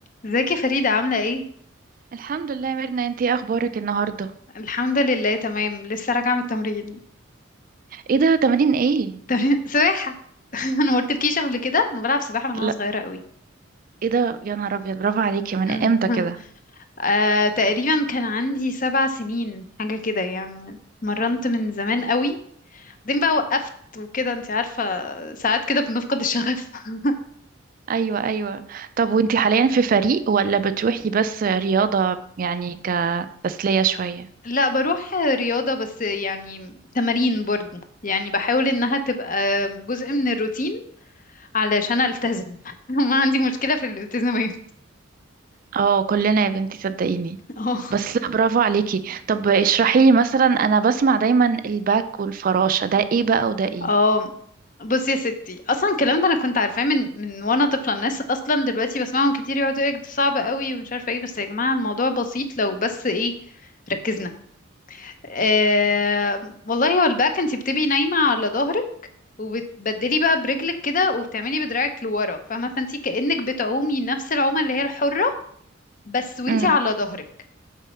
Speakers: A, on the left (about 40°); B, on the right (about 45°).
A: ازيك يا فريدة عاملة ايه؟
B: الحمد لله يا ميرنا انتي ايه اخبارك النهارده
A: الحمد لله تمام لسه راجعة من التمرين
B: ايه ده تمارين ايه
A: <laughs> سباحة <laughs> انا ما قلتلكيش قبل كده انا بلعب سباحة من
B: لا
A: وانا صغيرة قوي
B: ايه ده يا نهار ابيض برافو عليكي من
A: <laughs>
B: امتى كده
A: آه، تقريبا كان عندي سبع سنين حاجة كده يعني مرنت من زمان قوي بعدين بقى وقفت وكده انت عارفة ساعات كده بنفقد الشغف <laughs>
B: ايوه ايوه طب وانتي حاليا في فريق ولا بتروحي بس رياضه يعني كتسليه شويه
A: لا بروح رياضة بس يعني تمارين برضه يعني بحاول انها تبقى جزء من الروتين علشان التزم <laughs> ما عندي مشكلة في الالتزامات
B: اه كلنا يا بنتي صدقيني
A: <laughs> اه
B: بس لا برافو عليكي طب اشرحي لي مثلا انا بسمع دايما الباك والفراشه ده ايه بقى وده ايه
A: اه بصي يا ستي اصلا الكلام ده انا كنت عارفاه من من وانا طفله الناس اصلا دلوقتي بسمعهم كتير يقعدوا يقولوا ده صعب قوي ومش عارفه ايه بس يا جماعه الموضوع بسيط لو بس ايه ركزنا آه والله هو الباك انت بتبقي نايمه على ظهرك وبتبدلي بقى برجلك كده وبتعملي بدراعك لورا فاهمه فانت كانك بتعومي نفس العومه اللي هي الحره بس وانت
B: امم
A: على ظهرك